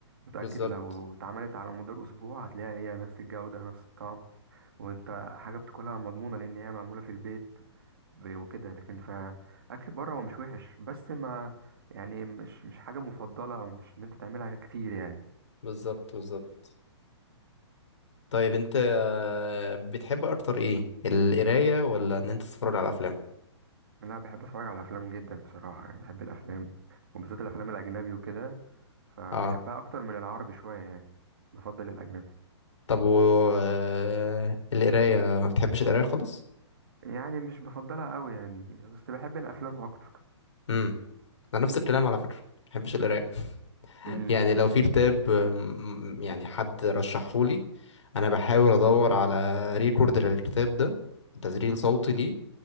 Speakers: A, on the right (about 50°); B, on the left (about 80°).
A: متاكد
B: بالظبط
A: لو اتعملت على مدار اسبوع هتلاقيها هي نفس الجوده نفس الطعم وانت حاجه بتاكلها مضمونه لان هي معموله في البيت وكده لكن فاكل بره هو مش وحش بس ما يعني مش مش حاجه مفضله او مش ان انت تعملها كتير يعني
B: بالظبط بالظبط طيب انت آه، بتحب اكتر ايه القرايه ولا ان انت تتفرج على افلام
A: انا بحب اتفرج على افلام جدا بصراحه يعني بحب الافلام وبالذات الافلام الاجنبي وكده فبحبها
B: اه
A: اكتر من العربي شويه يعني بفضل الاجنبي
B: طب و آه، القرايه ما بتحبش القرايه خالص
A: يعني مش بفضلها قوي يعني بس بحب الافلام اكتر
B: امم انا نفس الكلام على فكره ما بحبش القرايه <laughs>
A: امم
B: يعني لو في كتاب آم، يعني حد رشحهولي انا بحاول ادور على ريكورد للكتاب ده تسجيل صوتي ليه